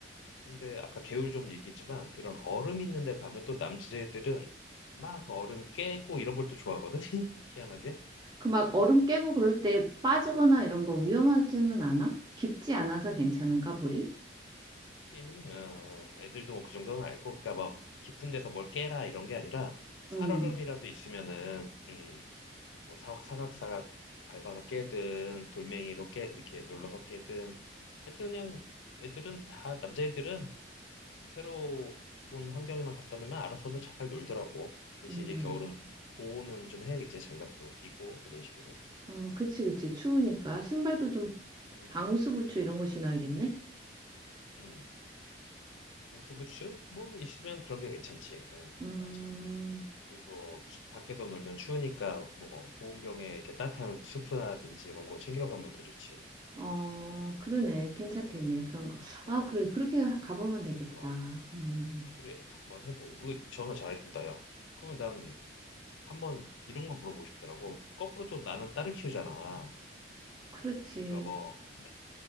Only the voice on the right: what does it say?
그 막 얼음 깨고 그럴 때 빠지거나 이런 거 위험하지는 않아? 깊지 않아서 괜찮은가, 물이?
음,
음.
어, 그치, 그치. 추우니까
신발도 좀
방수
부츠
이런 거 신어야겠네.
음,
어, 그러네.
괜찮겠네. 그런 거.
아, 그래. 그렇게 하- 가보면 되겠다.
음,
그렇지.